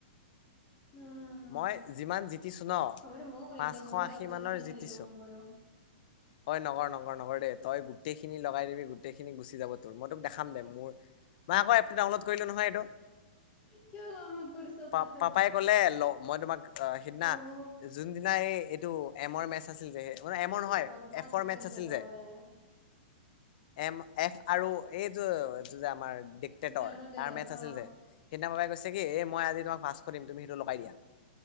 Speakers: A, on the left (about 25°); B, on the left (about 55°).
A: উম
B: মই যিমান জিতিছো ন
A: হ'ব দে ময়ো কৰিম
B: পাঁচশ
A: দে মোৰো
B: আশী
A: লাউড বক্স
B: মানৰ
A: খন হৈ
B: জিতিছোঁ।
A: থাকিব মোৰো
B: হয় নগৰ নগৰ নগৰ দে তই গোটেই খিনি লগাই দিবি। গোটেইখিনি গুচি যাব তোৰ মই তোক দেখাম দে মোৰ মই আক এপটো ডাউনলোড কৰিলো নহয় এইটো।
A: কিয় ডাউনলোড কৰিছ
B: প
A: তই
B: পাপাই কলে। মই তোমাক অ সিদিনা
A: হ
B: যোনদিনা এই এইটো এমৰ মেচ আছিল যে, আপোনাৰ এমৰ
A: চব
B: নহয়
A: বদমাছ
B: এফৰ
A: কিন্তু
B: মেটছ আছিল
A: তই
B: যে। এম এফ আৰু এইয এইটো যে আমাৰ ডিক্টেটৰ
A: জানো দে
B: তাৰ মেটচ
A: অ
B: আছিল যে। সেইদিনাবাই কৈছে কি এই মই আজি তোমাক পাঁচশ দিম তুমি সেইটো লগাই দিয়া।